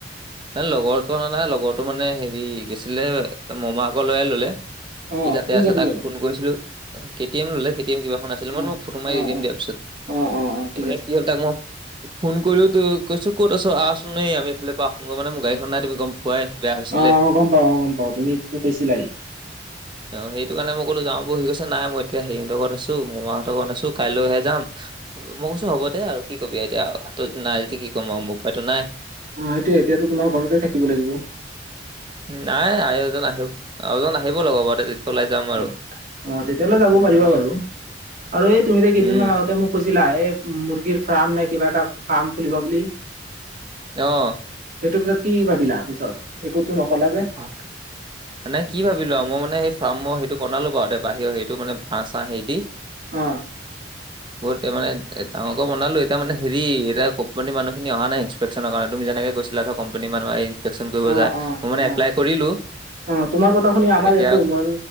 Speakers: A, on the right; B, on the right.
A: নাই লগৰটোৱে অনা নাই, লগৰটো মানে হেৰি গৈছিলে, মমাকৰ ল'ৰাই ল'লে। সি
B: অ',
A: তাতেই
B: কি
A: আছে,
B: গাড়ী
A: তাক
B: ল'লে?
A: ফোন কৰিছিলোঁ। কে টি এম ল'লে, কে টি এম কিবা এখন আছিলে, মই
B: অ',
A: তোমাক ফটো মাৰি
B: অ',
A: দি দিম
B: অ',
A: দিয়া পিছত,
B: অ', অ', অ', ঠিক
A: মানে
B: আছে।
A: কি হ'ল তাক মই ফোন কৰিলো, তো কৈছো ক'ত আছ? আহচোন এই আমি এইফালৰ পৰা আহোঁগৈ মানে, মোৰ গাড়ীখন নাই তুমি গম পোৱাই বেয়া হৈছিলে।
B: অ', অ', গম পাওঁ, অ', গম পাওঁ, তুমি কৈছিলাই।
A: অ', সেইটো কাৰণে মই ক'লো, যাওঁ বৈ, সি কৈছে, নাই মই এতিয়া হেৰিহতৰ ঘৰত আছোঁ, মই মামাহঁতৰ লগত আছোঁ, কাইলৈহে যাম। মই কৈছোঁ, হ'ব দে আৰু, কি কবি এতিয়া? নাই যদি কি ক'ম আৰু, মোৰ উপায়তো নাই।
B: অ', সেইটোৱেই, এতিয়াতো তোমাৰ ঘৰতেই থাকিব লাগিব।
A: নাই আই এজন আহি, আৰু এজন আহিব বাৰু লগৰ, তেতিয়া উলাই যাম
B: অ',
A: আৰু।
B: অ', তেতিয়াহলে যাব
A: উম,
B: পাৰিবা বাৰু আৰু এই তুমিযে কেইদিনমান
A: উম,
B: আগতে মোক কৈছিলা, এ মুৰ্গীৰ ফাৰ্ম নে কিবা এটা ফাৰ্ম খুলিব বুলি।
A: অ'।
B: সেইটো পিছত কি ভাবিলা পিছত? একোতো নক'লা যে।
A: পাক। নে কি ভাবিলো আৰু? মই মানে ফাৰ্মৰ হেৰিতো বনালো বাৰু তে বাহিৰৰ হেৰীতো মানে বাঁহ চাঁহ হেৰি দি।
B: অহ।
A: বহুত মানে ডাঙৰকৈ বনালো, এতিয়া মানে হেৰি, এতিয়া কোম্পানীৰ মানুহখিনি অহা নাই। পেক্টচনৰ কাৰনে, তুমি যেনেকে কৈছিলা ধৰ, কোম্পানী মানুহ আহি ইন্সপেক্টচন কৰিব
B: অ',
A: যায়,
B: অ',
A: মোৰ মানে
B: অ',
A: এপ্লাই কৰিলো
B: অ', তোমাৰ কথা শুনি আমাৰ
A: এতিয়া
B: ইয়াতো, মই,